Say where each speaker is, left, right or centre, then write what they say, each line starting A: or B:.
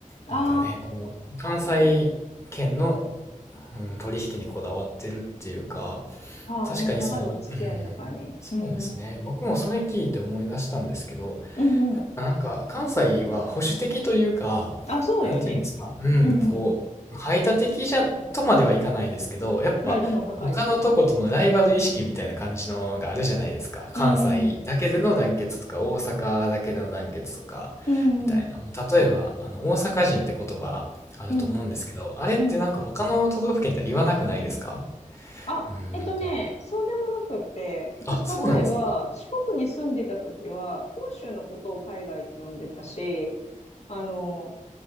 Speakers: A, on the left; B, on the left.
A: なんかね、
B: あ
A: この関西圏の、うん、取引にこだわってるっていうか、
B: あ、ああ、
A: 確かにその、
B: ね、長いお付き合いとかね。
A: うん、そうですね。
B: うん。
A: 僕もそれ聞いて思い出したんですけど、
B: うんうん。
A: やっぱなんか関西は保守的というか、
B: あ、そうよね。
A: なんていうんですか、うん、
B: うん。
A: こう、排他的じゃ、とまではいかないですけど、やっぱ他のとことのライバル意識みたいな感じのがあるじゃないですか。
B: プライドも高いし。
A: 関西だけでの団結とか、
B: うんうん。
A: 大阪だけでの団結とか、
B: うんうん。
A: みたいな。もう例えば、あの、大阪人って言葉あると思うんですけど、
B: うん
A: あれってなんか他の都道府県では言わなくないですか
B: うん。あ、
A: うん、
B: えっとね、
A: なんか
B: そうでもなくって、私、
A: あ、そうなんですね。
B: 例えば、四国に住んでた時は、本州のことを海外って呼んでたし、あの、